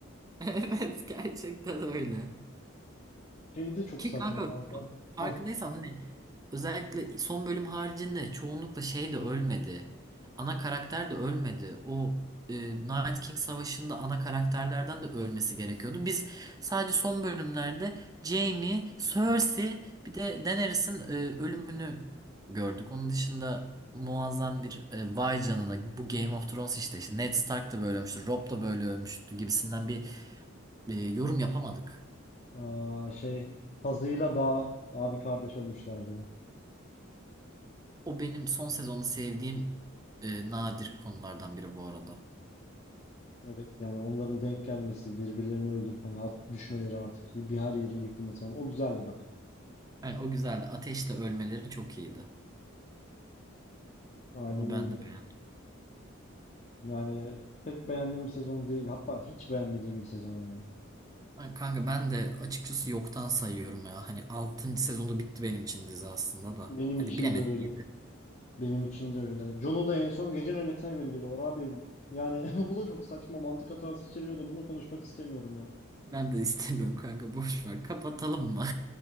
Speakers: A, on the right (about 15°); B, on the left (about 35°).
A: Evet gerçekten öyle.
B: Şey de çok
A: Ki
B: saçma
A: kanka
B: kanka.
A: farkındaysan
B: Heh.
A: hani özellikle son bölüm haricinde çoğunlukla şey de ölmedi. Ana karakter de ölmedi. O e, Night King Savaşı'nda ana karakterlerden de ölmesi gerekiyordu. Biz sadece son bölümlerde Jaime, Cersei bir de Daenerys'in e, ölümünü gördük. Onun dışında muazzam bir e, vay canına bu Game of Thrones işte, işte Ned Stark da böyle ölmüştü, Robb da böyle ölmüştü gibisinden bir e, yorum yapamadık.
B: Aa, şey Tazı'yla Dağ abi kardeş ölmüşlerdi.
A: O benim son sezonu sevdiğim e, nadir konulardan biri bu arada.
B: Evet yani onların denk gelmesi, birbirlerini öldürüp hani at düşmeleri artık bir her yerin yıkılması falan. O güzeldi bak.
A: Yani o güzeldi. Ateşle ölmeleri çok iyiydi.
B: Aynen
A: Onu ben
B: öyle.
A: de beğendim.
B: Yani pek beğendiğim bir sezon değil. Hatta hiç beğenmediğim bir sezon ya.
A: Yani kanka ben de açıkçası yoktan sayıyorum ya. Hani altıncı sezonda bitti benim için dizi aslında da.
B: Benim
A: Hadi
B: için
A: bilemedik
B: de öyle.
A: yedi.
B: Benim için de öyle. John'u da en son gece nöbetine gönderiyorlar abi. Yani <laughs> bu da çok saçma mantık hatası içeriyor da bunu konuşmak istemiyorum ya.
A: Ben de <laughs> istemiyorum kanka boş ver. Kapatalım mı?